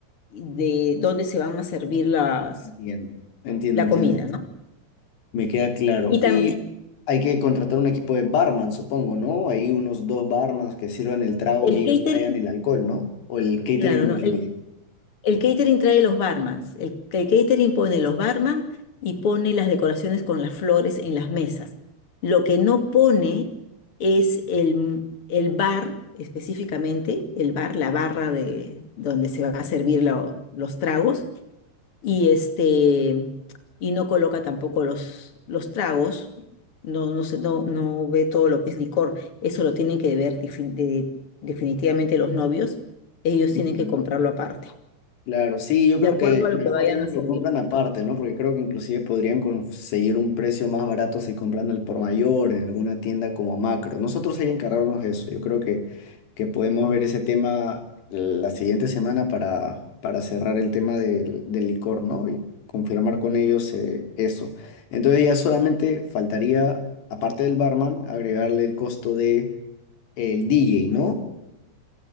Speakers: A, on the left; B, on the left.
A: de donde se van a servir las,
B: Entiendo. Entiendo,
A: la
B: entiendo.
A: comida, ¿no?
B: Me queda claro.
A: Y también
B: Y hay que contratar un equipo de barman, supongo, ¿no? Hay unos dos barmans que sirvan el trago
A: el
B: y ellos
A: catering,
B: traigan el alcohol, ¿no? O el catering
A: claro,
B: lo
A: ¿no?
B: incluye.
A: El, el catering trae los barmans. El, el catering pone los barman y pone las decoraciones con las flores en las mesas. Lo que no pone es el, el bar, específicamente, el bar, la barra de donde se va a servir lo- los tragos y este y no coloca tampoco los, los tragos, no, no sé, no, no ve todo lo que es licor, eso lo tienen que ver defin- de- definitivamente los novios, ellos tienen
B: Entiendo.
A: que comprarlo aparte,
B: Claro, sí, yo
A: de
B: creo
A: acuerdo
B: que
A: a lo
B: mejor
A: que vayan
B: ellos
A: a servir.
B: lo compran aparte, ¿no? Porque creo que inclusive podrían conseguir un precio más barato si compran al por mayor en alguna tienda como Macro. Nosotros hay que encargarnos de eso. Yo creo que, que podemos ver ese tema la siguiente semana para, para cerrar el tema del, del licor, ¿no? Y confirmar con ellos eh, eso. Entonces ya solamente faltaría, aparte del barman, agregarle el costo de el DJ, ¿no?